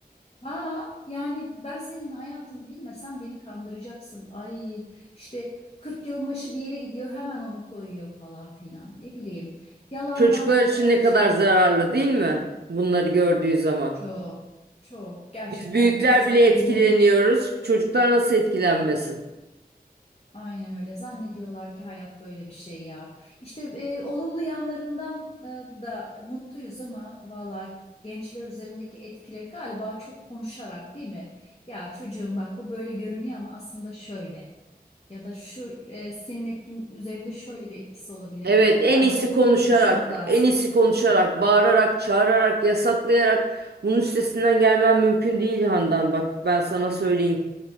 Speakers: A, on the left; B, on the right.
A: Ha, yani ben senin hayatını bilmesem beni kandıracaksın. Ay işte 40 yılın başı bir yere gidiyor hemen onu koyuyor falan filan. Ne bileyim. Yalandan
B: Çocuklar için
A: e,
B: ne kadar
A: şeyler.
B: zararlı değil mi? Bunları gördüğü zaman.
A: Çok çok gerçekten
B: Biz büyükler
A: küçücük
B: bile
A: beyinleri
B: etkileniyoruz. Çocuklar nasıl etkilenmesin?
A: aynen öyle zannediyorlar ki hayat böyle bir şey ya. İşte e, olumlu yanlarından e, da mutluyuz ama valla gençler üzerindeki etkileri galiba çok konuşarak değil mi? Ya çocuğum bak bu böyle görünüyor ama aslında şöyle. Ya da şu e, senin etkin üzerinde şöyle bir etkisi olabilir.
B: Evet, en
A: Herhalde
B: iyisi
A: bol
B: konuşarak,
A: bol konuşmak lazım.
B: en iyisi konuşarak, bağırarak, çağırarak, yasaklayarak bunun üstesinden gelmem mümkün değil Handan. Bak ben sana söyleyeyim.